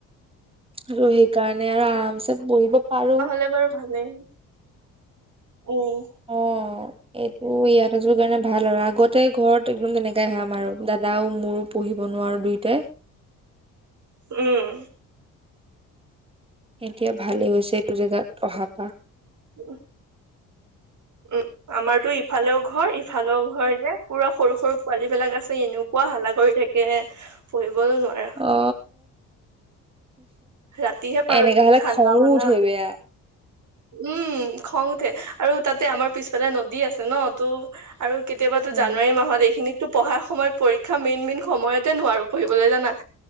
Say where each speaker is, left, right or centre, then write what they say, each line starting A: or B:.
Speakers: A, on the right; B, on the right.
A: আৰু সেইকাৰণে আৰু আৰামছে পঢ়িব পাৰোঁ।
B: লে বাৰু ভালে উম
A: অ'। এইটো ইয়াত আছো কাৰণে ভাল আৰু আগতে ঘৰত একদম তেনেকাই হয় আমাৰো দাদাও আৰু মোৰো। পঢ়িব নোৱাৰোঁ দুয়োটাই।
B: উম।
A: এতিয়া ভালেই হৈছে এইটো জেগাত অহাৰ পৰা।
B: উম। উম। আমাৰতো ইফালেও ঘৰ ইফালেও ঘৰ যে পুৰা সৰু সৰু পোৱালী বিলাক আছে এনেকুৱা হাল্লা কৰি থাকে। তাকে পঢ়িবলৈ নোৱাৰা।
A: অ
B: ৰাতিহে পাৰো
A: এনেকা হ'লে
B: ঠাণ্ডা
A: খঙো
B: মণ্ডা
A: উঠে বেয়া।
B: উম খং উঠে আৰু তাতে আমাৰ পিছফালে নদী আছে ন টো আৰু কেতিয়াবাতো
A: অ
B: জানুৱাৰী মাহত এইখিনিত ত পঢ়াৰ সময়ত পৰীক্ষা মেইন মেইন সময়তে নোৱাৰো পঢ়িবলৈ জানা